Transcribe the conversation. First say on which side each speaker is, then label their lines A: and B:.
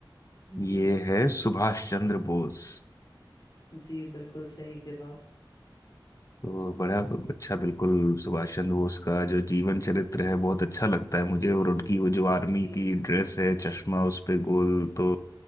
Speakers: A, on the left; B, on the left.
A: ये
B: जी
A: है सुभाष चंद्र बोस
B: जी बिल्कुल सही जवाब
A: तो बड़ा अच्छा बिल्कुल सुभाष चंद्र बोस का जो जीवन चरित्र है बहुत अच्छा लगता है मुझे
B: जी
A: और उनकी
B: जी
A: वो जो आर्मी
B: जी
A: की ड्रेस है चश्मा उस पे गोल
B: जी
A: तो